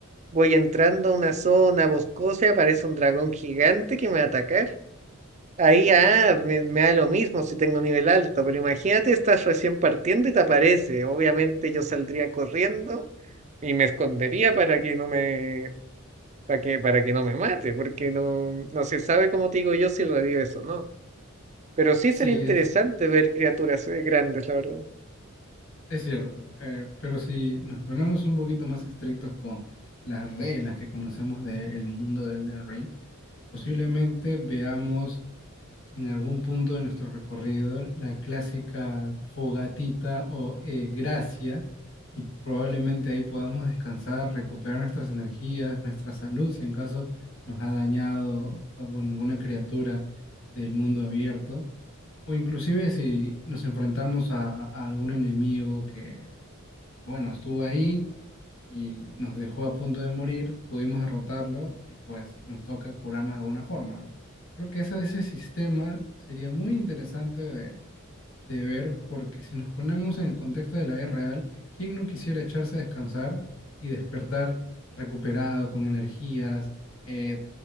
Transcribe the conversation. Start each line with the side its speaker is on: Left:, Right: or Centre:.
Right: voy entrando a una zona boscosa y aparece un dragón gigante que me va a atacar. Ahí, ah, me, me da lo mismo si tengo nivel alto, pero imagínate, estás recién partiendo y te aparece. Obviamente yo saldría corriendo y me escondería para que no me, para que, para que no me mate, porque no, no se sabe, como te digo yo, si revives o no. Pero sí
Left: Sí,
Right: sería interesante
Left: es,
Right: ver criaturas eh, grandes, la verdad.
Left: es cierto. Eh, pero si nos ponemos un poquito más estrictos con las reglas que conocemos del mundo de Elden Ring, posiblemente veamos en algún punto de nuestro recorrido la clásica fogatita o eh, gracia y probablemente ahí podamos descansar, recuperar nuestras energías, nuestra salud, si en caso nos ha dañado o, bueno, alguna criatura del mundo abierto, o inclusive si nos enfrentamos a, a algún enemigo que, pues, bueno, estuvo ahí. y nos dejó a punto de morir, pudimos derrotarlo y pues nos toca curarnos de alguna forma, ¿no? Creo que ese, ese sistema sería muy interesante de, de ver porque si nos ponemos en el contexto de la vida real, ¿quién no quisiera echarse a descansar y despertar recuperado, con energías, eh,